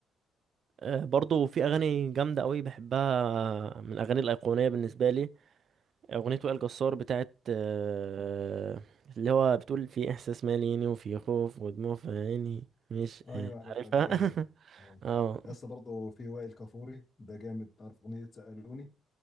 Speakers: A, on the right (about 55°); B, on the left (about 40°).
A: آه برضو في أغاني جامدة أوي بحبها من الأغاني الأيقونية بالنسبة لي أغنية وائل جسار بتاعت آه، اللي هو بتقول في إحساس ماليني وفي خوف ودموع في عيني مش
B: ايوه
A: آه،
B: عارفها
A: عارفها
B: دي جامده
A: <laughs>
B: اه
A: اه
B: لسه برضه في وائل كفوري ده جامد تعرف اغنيه سالوني